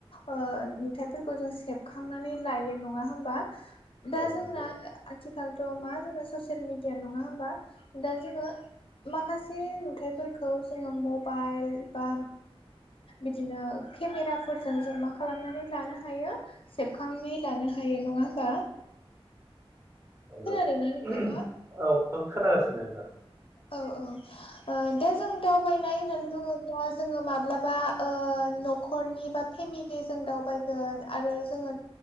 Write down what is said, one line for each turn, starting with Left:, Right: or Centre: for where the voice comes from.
Left: ओ नुथायफोरखौ जों सेबखांनानै लायो नङा होमबा। दा
Right: औ
Left: जोंना
Right: नंगौ
Left: आथिखालथ' मा जोंना ससियेल मेडिया नङा होमबा। दा जोङो माखासे नुथाइफोरखौ जोङो मबाइल बा बिदिनो केमेराफोरजों जों मा खालामनानै लानो हायो सेबखांनानै लानो हायो नङा होमबा। <inaudible>
Right: नंगौ
Left: खोनादोंना नोंथाङा
Right: ओहोम औ नं खोनागासिनो नोंथां।
Left: औ औ दा जों दावबायनाय होननानै बुङो ब्ला जोङो माब्लाबा न'खरनि बा फेमिलि जों दावबायगोन आरो जोङो